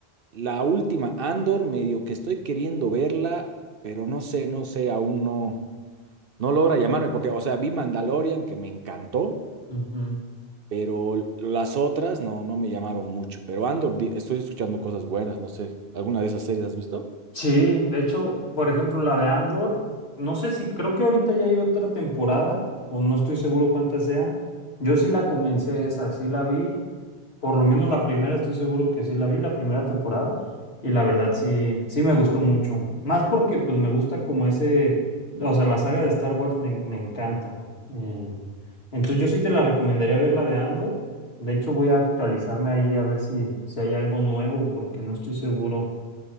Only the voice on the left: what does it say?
Ujú.
Sí, de hecho, por ejemplo, la de Andor, no sé si creo que ahorita ya hay otra temporada, o no estoy seguro cuántas sean. Yo sí la comencé esa, sí la vi, por lo menos la primera, estoy seguro que sí la vi, la primera temporada, y la verdad sí, sí me gustó mucho. Más porque pues me gusta como ese, o sea, la saga de Star Wars me, me encanta. Eh, entonces yo sí te la recomendaría ver la de Andor. De hecho, voy a actualizarme ahí a ver si, si hay algo nuevo, porque no estoy seguro.